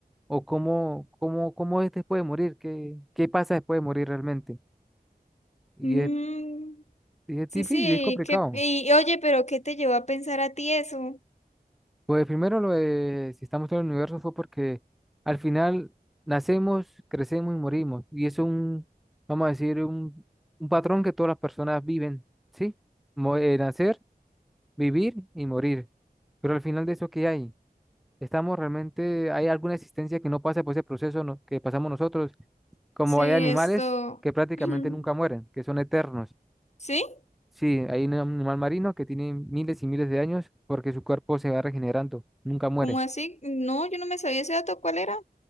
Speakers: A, in the centre; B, on the left.
A: o cómo, cómo, cómo es después de morir, qué, qué pasa después de morir realmente. Y
B: Mm,
A: es, y es
B: sí,
A: difícil,
B: sí,
A: es complicado.
B: qué- y y oye, pero ¿qué te llevó a pensar a ti eso?
A: Pues primero lo de si estamos en el universo fue porque al final nacemos, crecemos y morimos. Y eso es un, vamos a decir, un, un patrón que todas las personas viven, ¿sí? Mo- eh, nacer, vivir y morir. Pero al final de eso, ¿qué hay? ¿Estamos realmente, hay alguna existencia que no pasa por ese proceso no- que pasamos nosotros? Como
B: Sí,
A: hay animales
B: esto.
A: que prácticamente
B: <clears throat>
A: nunca mueren, que son eternos.
B: ¿Sí?
A: Sí, hay un animal marino que tiene miles y miles de años porque su cuerpo se va regenerando, nunca muere.
B: ¿Cómo así? No, yo no me sabía ese dato, ¿cuál era?